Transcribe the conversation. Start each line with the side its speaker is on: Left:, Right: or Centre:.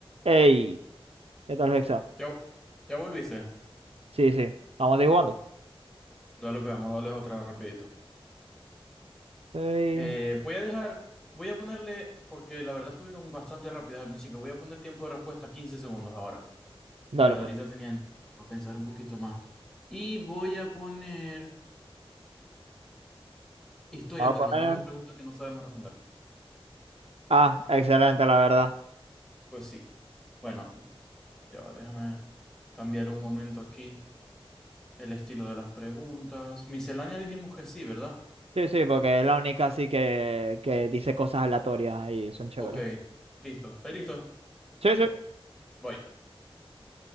Right: Ey, ¿qué tal, Hexa?
Centre: Ya, ya volviste.
Right: Sí, sí, vamos a ir jugando.
Centre: Dale, pegamos, dale otra rapidito.
Right: Ey,
Centre: Eh, voy a dejar, voy a ponerle, porque la verdad estuvieron bastante rápidas al principio. Voy a poner tiempo de respuesta 15 segundos ahora.
Right: dale,
Centre: La de
Right: pues.
Centre: ahorita tenían a pensar un poquito más. Y voy a poner historia
Right: Vamos
Centre: para
Right: a poner.
Centre: que nos salgan preguntas que no sabemos responder.
Right: Ah, excelente, la verdad.
Centre: Pues sí. Bueno, ya va, déjame cambiar un momento aquí el estilo de las preguntas. Miscelánea dijimos que sí, ¿verdad?
Right: Sí, sí, porque es la única así que, que dice cosas aleatorias y son chéveres.
Centre: Ok, listo. ¿Estáis listo?
Right: Sí, sí.
Centre: Voy.